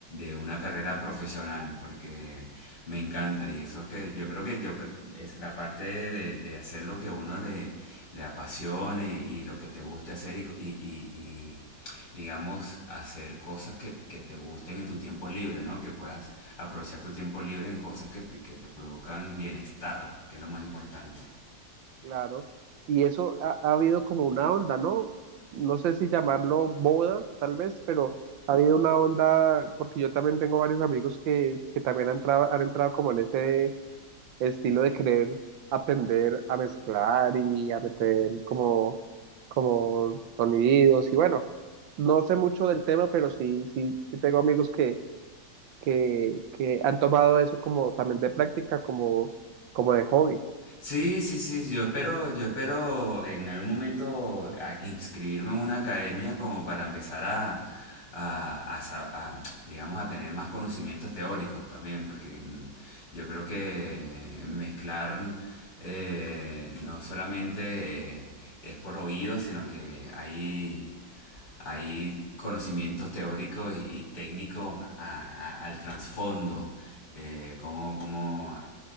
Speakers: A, on the left; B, on the right.
A: de una carrera profesional porque me encanta y eso es que yo creo que yo, es la parte de, de hacer lo que a uno le, le apasione y lo que te guste hacer y, y, y y digamos, hacer cosas que, que te gusten en tu tiempo libre, ¿no? Que puedas aprovechar tu tiempo libre en cosas que te, que te produzcan bienestar, que es lo más importante.
B: claro. Y eso ha, ha habido como una onda, ¿no? No sé si llamarlo boda, tal vez, pero ha habido una onda, porque yo también tengo varios amigos que, que también han, entrado- han entrado como en ese el estilo de querer aprender a mezclar y a meter como, como sonidos y bueno, no sé mucho del tema, pero sí, sí, sí tengo amigos que, que, que han tomado eso como también de práctica, como, como de hobby,
A: Sí, sí, sí, yo espero, yo espero en algún momento a- inscribirme en una academia como para empezar a, a- a sa- a, digamos, a tener más conocimientos teóricos también, porque mm, yo creo que mezclar eh, no solamente eh, es por oído, sino que hay, hay conocimientos teóricos y, y técnicos a- a- al trasfondo, eh, cómo, cómo